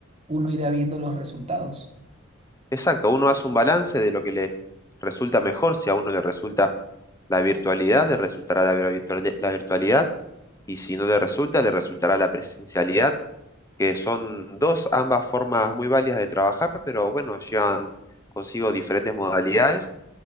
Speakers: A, on the right (about 30°); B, on the left (about 15°).
A: uno irá viendo los resultados.
B: exacto. Uno hace un balance de lo que le resulta mejor. Si a uno le resulta la virtualidad, le resultará la virtuali- la virtualidad. Y si no le resulta, le resultará la presencialidad, que son dos, ambas formas muy válidas de trabajar, pero bueno, llevan consigo diferentes modalidades,